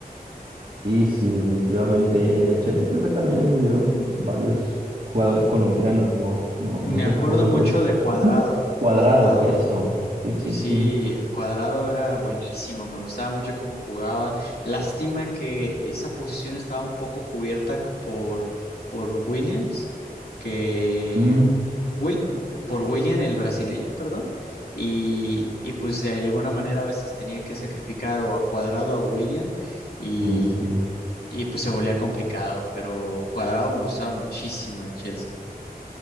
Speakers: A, on the right; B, on the left.
A: Sí, sí, definitivamente. En el Chelsea creo que también hubieron varios jugadores colombianos, no, no,
B: Me
A: no recuerdo.
B: acuerdo mucho de Cuadrado.
A: <clears throat> Cuadrado,
B: Cuadrado
A: eso. Sí, sí,
B: Sí, sí,
A: sí.
B: Cuadrado era buenísimo, me gustaba mucho cómo jugaba. Lástima que esa posición estaba un poco cubierta c- por, por Williams, que
A: Mm,
B: Wil- por William el brasileño, perdón, y, y pues de alguna manera a veces tenían que sacrificar o a Cuadrado o a William y,
A: sí, sí.
B: y pues se volvía complicado, pero Cuadrado me gustaba muchísimo en el Chelsea.